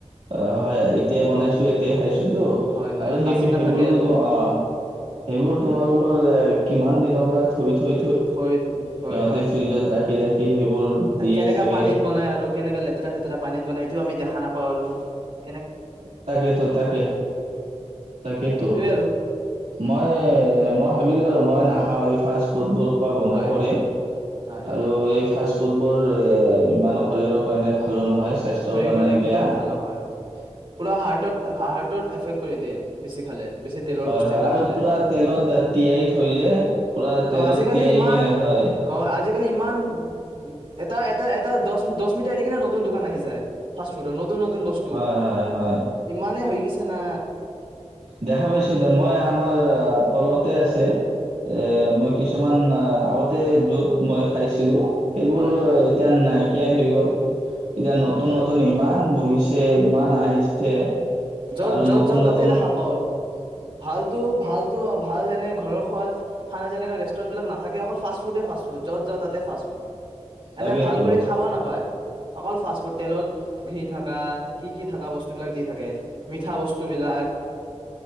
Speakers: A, on the right; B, on the right.
A: অ', হয় এতিয়াই বনাইছো, এতিয়াই খাইছো। সেটো
B: হয় হয়
A: আৰু সেই
B: বাচি নাথাকে
A: সেইবোৰ য'ত
B: আৰু
A: অ', সেইবোৰ তোমালোকৰ এ কিমান দিনৰ পৰা থৈ থৈ
B: থৈ, থৈ, হয়,
A: সিহঁতে
B: হয়
A: ফ্ৰিজত ৰাখি ৰাখি সেইবোৰ দিয়ে
B: কেনেকা
A: চাগে
B: পানীত বনাই আৰু কেনেকা লেতেৰা ফেতেৰা পানীত বনাই এইটো আমি দেখা নাপাওঁ। পাৰ
A: তাকেইটো তাকে তাকেইটো
B: সেইটোয়ে আৰু
A: মই, মই ভাবিলোঁ আৰু মই নাখাওঁ এই ফাষ্ট ফুডবোৰ। খোৱা বন্ধ
B: হয়
A: কৰিম
B: হয় হয়
A: আৰু এই ফাষ্টফুড বোৰ এ ইমানৰ শৰীৰৰ কাৰণে ভালো নহয়। স্বাস্থ্যৰ
B: শৰীৰখন
A: কাৰণে
B: একদম
A: বেয়া
B: ভাল নহয়। পুৰা হাৰ্টত, হাৰ্টৰ এফেক্ট কৰি দিয়ে, বেছি খালে। বেছি তেলৰ
A: হয়,
B: বস্তু
A: হয়
B: এইবিলাক
A: আৰু
B: খালে
A: পুৰা তেলত তিয়াই থৈ যে পুৰা
B: অ
A: তেলত
B: আজিকালি
A: তিয়াই
B: ইমান
A: কিনে হয়।
B: অ আজিকালি ইমান এটা, এটা, এটা দছ দছ মিটাৰ দি কিনে নতুন দোকান আহিছে। যায় ফাষ্ট ফুডত ন' নতুন, নতুন বস্তু
A: হয় হয় হয়
B: ইমানে হৈ গেছ বিচনা
A: দেখা পাইছো দে মই আমাৰ তলতে আছে এ মই কিছুমান আগতে য'ত মই খাইছিলো। সেইবোৰ
B: হয় হয়
A: এতিয়া নাই। শকিয়াই হৈ গ'ল। এতিয়া নতুন,
B: হয় হয়
A: নতুন ইমান বহিছে ইমান আহিছে
B: য'ত
A: আৰু
B: য'ত
A: নতুন,
B: যাওঁ
A: নত
B: তাতে দেখা পাওঁ ভালটো ভালটো ভাল এনে ঘৰৰ খোৱা খানা যেনেকা দে ষ্টুডেন্টবোৰ নাথাকে অকল ফাষ্ট ফুডে ফাষ্টফড যাওঁ তাতে ফাষ্ট ফুড। এনে
A: তাকেতো
B: ভাল কৰি খাব নাপায়। অকল ফাষ্ট ফুড তেলত ঘি থাকা কি কি থকা বস্তুবিলাক দি থাকে, মিঠা বস্তুবিলাক।